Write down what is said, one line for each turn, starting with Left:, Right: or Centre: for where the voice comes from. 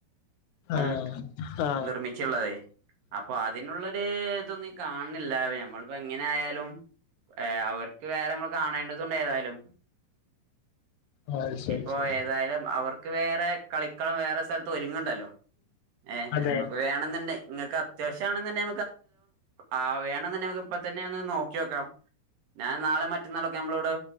Right: മ്
Left: ആ ആ
Right: നിർമ്മിച്ചുള്ളതെ അപ്പൊതിനുള്ള ഇതൊന്നും കാണില്ല പ്പൊ ഞമ്മളിപ്പോങ്ങനെ യാലും ഏ അവർക്ക് വേറെ മ്മ കാണേണ്ടതുണ്ട് ഏതായാലും.
Left: ആ ശരി
Right: ഇപ്പൊ
Left: ശരി
Right: ഏതായാലും അവർക്ക് വേറെ കളിക്കളും വേറെ സ്ഥല ര്ങ്ങണ്ടല്ലോ ഏഹ്
Left: അതെ
Right: നമക്ക് വേണംന്ന്ണ്ട് ങ്ങക്കത്യാവശ്യണന്നണ്ടി ആ വേണന്നണ്ടി ഇപ്പ തന്നെ ഒന്ന് നോക്കിക്കാം. ഞാൻ നാളെ മറ്റന്നാളൊക്കെ നമ്മളവിടെ